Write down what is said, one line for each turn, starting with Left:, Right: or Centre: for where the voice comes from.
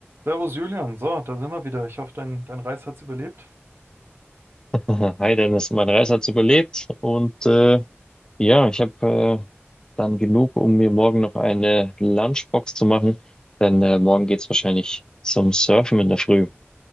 Right: Servus Julian, so, da sind wir wieder. Ich hoffe, dein, dein Reis hat's überlebt.
Left: <laughs> Hi Dennis, meine Reise hat überlebt und äh, ja, ich habe äh, dann genug, um mir morgen noch eine Lunchbox zu machen, denn äh, morgen geht's wahrscheinlich zum Surfen in der Früh.